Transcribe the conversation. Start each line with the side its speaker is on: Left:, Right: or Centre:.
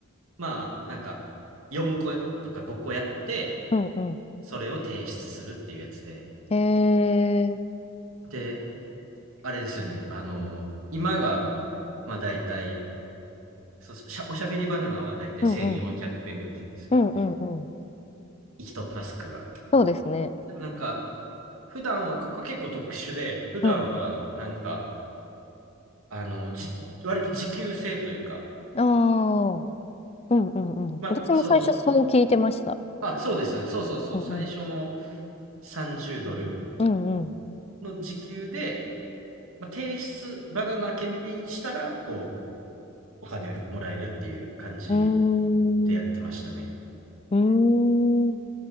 Right: まあ、なんか、4個とか5個やって、
Left: うんうん。
Right: それを提出するっていうやつで。
Left: へえ。
Right: で、あれですよね。あの、今が、まあ大体、そしゃ、おしゃべりバナナは大体1400円ぐらいじゃないですか。
Left: うんうん。うんうんうん。
Right: 一タスクが。
Left: そうですね。
Right: でもなんか、普段は、ここ結構特殊で、普段は、
Left: うんうん。
Right: なんか、あの、じ、割と時給制というか、
Left: ああ。うんうんうん。
Right: まあ、
Left: 私も最初そう聞いてました。
Right: その、あ、そうです。そうそうそう。
Left: うんうん。
Right: 最初の30ドル
Left: うんうん。
Right: の時給で、まあ、提出、バナナ検品したら、こう、お金もらえるっていう感じ
Left: うーん。
Right: でやってましたね。
Left: うーん。